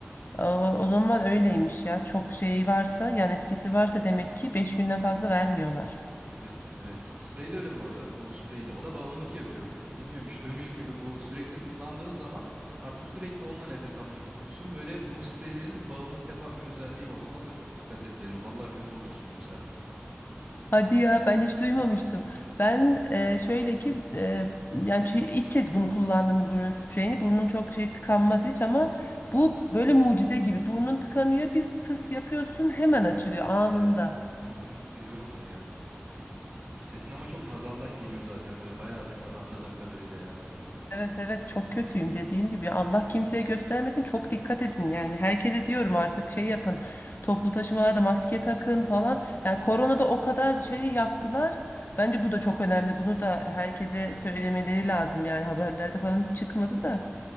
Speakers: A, on the left; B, on the right.
A: E, O zaman öyleymiş ya. Çok şey varsa yan etkisi varsa demek ki 5 günden fazla vermiyorlar.
B: Evet, evet. Sprey de öyle bu arada. Burun spreyi de. O da bağımlılık yapıyor. Bilmiyorum hiç duymuş muydun bu? Sürekli kullandığın zaman artık sürekli onunla nefes almak istiyorsun. Böyle burun spreylerinin bağımlılık yapan bir özelliği var. Ona da çok dikkat et derim. Vallahi kötü olursun yoksa.
A: Hadi ya ben hiç duymamıştım. Ben e, şöyle ki e, yani çi- ilk kez bunu kullandım bu burun spreyini. Burnum çok şey tıkanmaz hiç ama bu böyle mucize gibi. Burnun tıkanıyor bir fıs yapıyorsun hemen açılıyor anında.
B: Evet. Hı hı, biliyorum onu ya. Sesin ama çok nazaldan geliyor zaten böyle bayağı tıkalı anladığım kadarıyla ya.
A: Evet evet çok kötüyüm dediğim gibi Allah kimseye göstermesin çok dikkat edin yani herkese diyorum artık şey yapın toplu taşımalarda maske takın falan yani koronada o kadar şey yaptılar bence bu da çok önemli bunu da herkese söylemeleri lazım yani haberlerde falan hiç çıkmadı da.